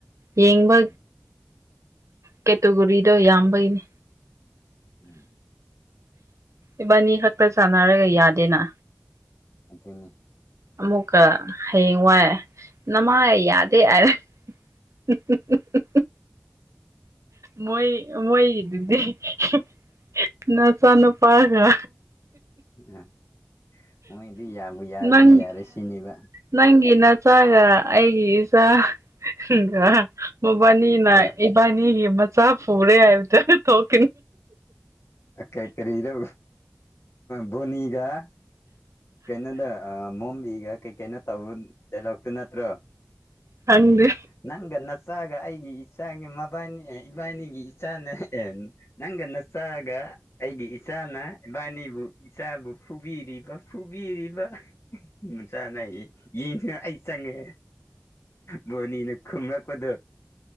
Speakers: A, on the right; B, on the left.
A: ꯌꯦꯡꯕ
B: ꯎꯝ
A: ꯀꯦꯇꯨꯒꯨꯔꯤꯗꯣ ꯌꯥꯝꯕꯒꯤꯅꯦ
B: ꯎꯝ
A: ꯏꯕꯥꯅꯤ ꯈꯛꯇ ꯆꯥꯟꯅꯔꯒ ꯌꯥꯗꯦꯅ
B: ꯑꯗꯨꯅꯤ
A: ꯑꯃꯨꯛꯀ ꯍꯌꯦꯡ ꯋꯥꯏ ꯅꯃꯥꯏ ꯌꯥꯗꯦ ꯍꯥꯏꯔ <unintelligible> ꯃꯣꯏ ꯃꯣꯏꯒꯤꯗꯨꯗꯤ <unintelligible> ꯅꯆꯥ ꯅꯨꯨꯄꯥꯒ
B: ꯎꯝ ꯃꯣꯏꯗꯤ ꯌꯥꯕꯨ ꯌꯥꯔꯗꯤ
A: ꯅꯪ
B: ꯌꯥꯔꯦ ꯁꯤꯅꯤꯕ
A: ꯅꯪꯒꯤ ꯅꯆꯥꯒ ꯑꯩꯒꯤ ꯏꯆꯥꯒ ꯃꯕꯥꯅꯤꯅ
B: ꯑ
A: ꯏꯕꯥꯅꯤꯒꯤ ꯃꯆꯥ ꯐꯨꯔꯦ ꯍꯥꯏꯕꯗꯨ ꯑꯗꯨ ꯊꯣꯛ
B: ꯀꯩ ꯀꯔꯤꯔꯣ ꯕꯣꯅꯤꯒ ꯀꯩꯅꯣꯗ ꯃꯣꯝꯕꯤꯒ ꯀꯩ ꯀꯩꯅꯣ ꯇꯧ ꯗꯥꯏꯂꯣꯛꯇꯨ ꯅꯠꯇ꯭ꯔꯣ
A: ꯈꯪꯗꯦ
B: ꯅꯪꯒ ꯅꯆꯥꯒ ꯑꯩꯒꯤ ꯏꯆꯥꯒꯤ ꯃꯕꯥꯅꯤ ꯏꯕꯥꯅꯤꯒꯤ ꯏꯆꯥꯅ ꯑꯦ ꯅꯪꯒ ꯅꯆꯥꯒ ꯑꯩꯒꯤ ꯏꯆꯥꯅ ꯏꯕꯥꯅꯤꯕꯨ ꯏꯆꯥꯕꯨ ꯐꯨꯕꯤꯔꯤꯕ ꯐꯨꯕꯤꯔꯤꯕ <unintelligible> ꯑꯩ ꯆꯡꯉꯦ ꯕꯣꯅꯤꯅ ꯈꯨꯝꯂꯛꯄꯗꯣ